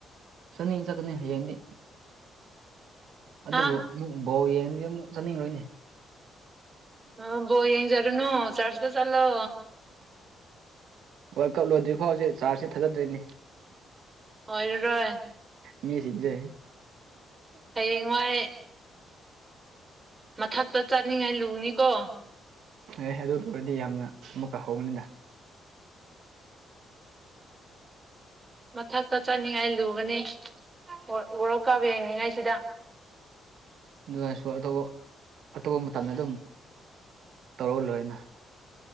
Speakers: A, on the right (about 70°); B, on the right (about 25°).
A: ꯆꯠꯅꯤꯡ ꯆꯠꯀꯅꯤ ꯍꯌꯦꯡꯗꯤ ꯑꯗꯨꯕꯨ
B: ꯍꯥ
A: ꯑꯃꯨꯛ ꯕꯧ ꯌꯦꯡꯗꯤ ꯑꯃꯨꯛ ꯆꯠꯅꯤꯡꯔꯣꯏꯅꯦ
B: ꯑꯣꯕꯣ ꯌꯦꯡꯖꯔꯨꯅꯨ ꯆꯥꯔꯁꯤꯗ ꯆꯠꯂꯣ
A: ꯍꯣꯏ ꯀꯞ ꯂꯣꯏꯗ꯭ꯔꯤ ꯐꯥꯎꯁꯦ ꯆꯥꯔꯖꯁ ꯊꯥꯖꯗ꯭ꯣꯏꯅꯤ
B: ꯍꯣꯏꯔꯣ ꯔꯣꯏ
A: ꯃꯤꯁꯤꯈꯦ
B: ꯍꯌꯦꯡꯋꯥꯏ ꯃꯊꯛꯇ ꯆꯠꯅꯤꯡꯉꯥꯏ ꯂꯨꯅꯤꯀꯣ
A: ꯑꯦ ꯑꯗꯨ ꯂꯣꯏꯔꯗꯤ ꯌꯥꯝꯅ ꯑꯃꯨꯛꯀ ꯍꯧꯕꯅꯤꯗ
B: ꯃꯊꯛꯇ ꯆꯠꯅꯤꯡꯉꯥꯏ ꯂꯨꯒꯅꯤ ꯍ ꯎꯔꯛ ꯀꯥꯕ ꯌꯦꯡꯅꯤꯡꯉꯩꯁꯤꯗ
A: ꯑꯗꯨꯅꯁꯨ ꯑꯇꯣꯞꯄ ꯑꯇꯣꯞꯄ ꯃꯇꯝꯗ ꯑꯗꯨꯝ ꯇꯧꯔꯛ ꯂꯣꯏꯅ